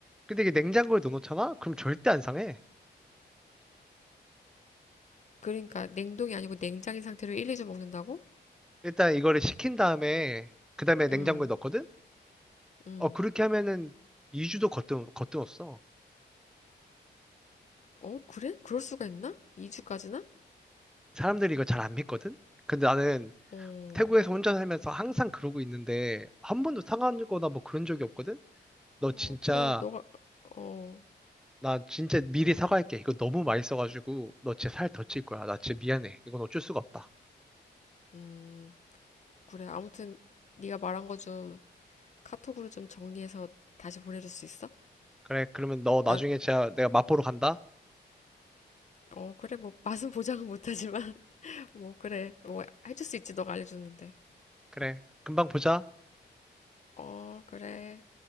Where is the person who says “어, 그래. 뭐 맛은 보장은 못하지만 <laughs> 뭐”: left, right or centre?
Left